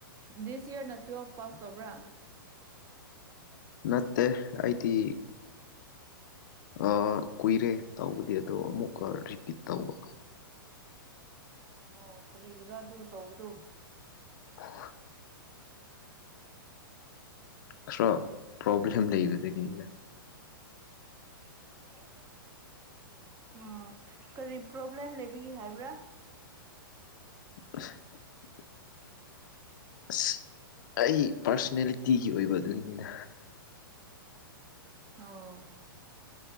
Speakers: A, on the right; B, on the left.
A: ꯗꯤꯁ ꯏꯌꯥꯔꯅ ꯇꯨꯋꯦꯜꯞ ꯄꯥꯁ ꯇꯧꯕ꯭ꯔꯥ
B: ꯅꯠꯇꯦ ꯑꯩꯗꯤ ꯑꯥ ꯀꯨꯏꯔꯦ ꯇꯧꯕꯗꯤ ꯑꯗꯣ ꯑꯃꯨꯛꯀ ꯔꯤꯄꯤꯠ ꯇꯧꯕ
A: ꯑꯣ ꯈꯔꯤ ꯏꯔꯣ ꯑꯗꯨ ꯇꯧꯕꯗꯨ
B: ꯑ <inaudible> ꯈꯔꯥ ꯄ꯭ꯔꯣꯕ꯭ꯂꯦꯝ ꯂꯩꯕꯗꯒꯤꯅꯤꯅ
A: ꯎꯝ <inaudible> ꯎ ꯀꯔꯤ ꯄ꯭ꯔꯣꯕ꯭ꯂꯦꯝ ꯂꯩꯕꯒꯦ ꯍꯥꯏꯕ꯭ꯔꯥ
B: <inaudible> ꯑꯁ ꯑꯩ ꯄꯥꯔꯁꯣꯅꯦꯂꯤꯇꯤꯒꯤ ꯑꯣꯏꯕ ꯑꯗꯨꯒꯤꯅꯤꯗ
A: ꯍꯥꯎ